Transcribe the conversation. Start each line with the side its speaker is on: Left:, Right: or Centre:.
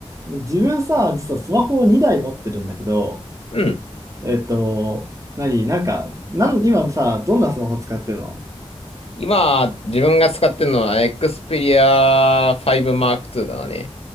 Right: 自分さ、実はスマホを2台持ってるんだけど、
Left: うん。
Right: えっと、何、なんか、なん、今さ、どんなスマホ使ってるの
Left: 今、自分が使ってるのは Xperia 5 Mark II だね。